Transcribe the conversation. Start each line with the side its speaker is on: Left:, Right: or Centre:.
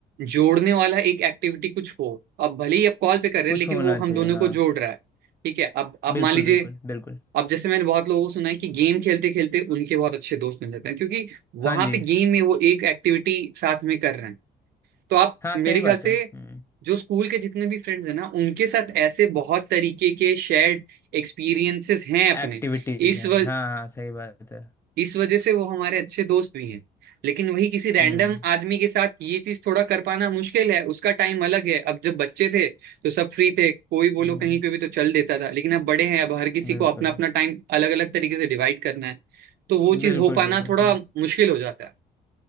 Right: जोड़ने वाला एक एक्टिविटी कुछ हो अब भले ही आप कॉल पे कर रहे
Left: कुछ
Right: हैं लेकिन
Left: होना
Right: वो हम
Left: चाहिए
Right: दोनों
Left: हाँ
Right: को जोड़ रहा है ठीक है अब आप
Left: बिल्कुल
Right: मान लीजिए
Left: बिल्कुल बिल्कुल
Right: अब जैसे मैंने बहुत लोगों को सुना है कि गेम खेलते खेलते उनके बहुत अच्छे दोस्त बन जाते हैं क्योंकि
Left: हाँ
Right: वहां
Left: जी
Right: पे गेम में वो एक एक्टिविटी साथ में कर रहे हैं तो आप
Left: हाँ
Right: मेरे
Left: सही
Right: ख्याल
Left: बात
Right: से
Left: है हम्म
Right: जो स्कूल के जितने भी फ्रेंड्स हैं ना उनके साथ ऐसे बहुत तरीके के शेयर्ड एक्सपीरियंसेस हैं अपने
Left: एक्टिविटीज
Right: इस
Left: है
Right: व,
Left: हाँ हाँ सही बात है
Right: इस वजह से वो हमारे अच्छे दोस्त भी हैं लेकिन वही किसी रैंडम
Left: हम्म
Right: आदमी के साथ ये चीज थोड़ा कर पाना मुश्किल है उसका टाइम अलग है अब जब बच्चे थे तो सब फ्री थे कोई बोलो
Left: हम्म
Right: कहीं पे भी तो चल देता था लेकिन अब बड़े हैं अब हर किसी
Left: बिल्कुल
Right: को अपना अपना टाइम अलग अलग तरीके से डिवाइड करना है तो वो
Left: बिल्कुल
Right: चीज हो पाना
Left: बिल्कुल
Right: थोड़ा
Left: हाँ
Right: मुश्किल हो जाता है